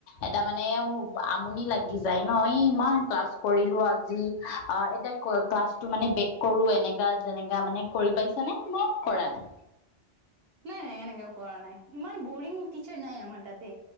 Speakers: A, on the left; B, on the right.
A: এটা মানে আমনি লাগি যায় ন, এ ইমান ক্লাছ কৰিলোঁ আজি অ', এতিয়া ক্লাছটো মানে ব্ৰেক কৰোঁ এনেকা যেনেকা মানে কৰি পাইছা নে, মই কৰা নাই।
B: নাই নাই এনেকা কৰা নাই, ইমান বৰিং টিচাৰ নাই আমাৰ তাতে,